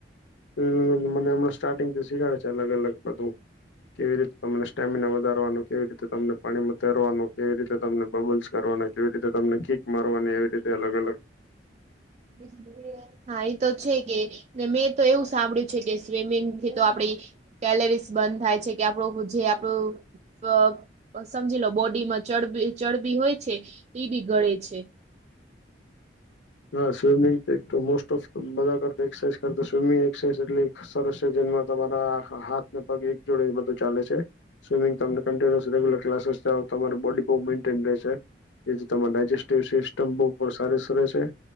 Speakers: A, on the left (about 90°); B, on the right (about 35°).
A: હમ્મ. મને અમણાં સ્ટાર્ટિંગથી સીખાડે છે, અલગ-અલગ બધુ. કેવી રીત તમને સ્ટેમિના વધારવાનુ, કેવી રીતે તમને પાણીમાં તેરવાનું, કેવી રીતે તમને બબલ્સ કરવાને, કેવી રીતે તમને કીક મારવાની એવી રીતે અલગ-અલગ
B: બીજી બે બે વાર હા એ તો છે કે ને મેં તો એવું સાંભળ્યું છે કે સ્વિમિંગ થી તો આપડી કેલરીસ બર્ન થાય છે કે આપડું જે આપડું અહ અહ સમજી લો બોડીમાં ચડબી ચડબી હોય છે તે બી ગળે છે.
A: હા સ્વિમિંગ એક મોસ્ટ ઓફ બધા કરક્સરસાઝ કર સ્વિમિંગ એક્સરસાઝ એટલી સરસ છે જનમાં તમારા હાથને પગ એક જોડે એ બધું ચાલે છે. સ્વિમિંગ તમને કન્ટિન્યુસ રગ્યુલર્લાસ તમારી બોડી બહુ મેન્ટેન રહેશે. જેથી તમાર ડાયજેસ્ટિવ સિસ્ટમ બહુ પર સારી સર રહશે.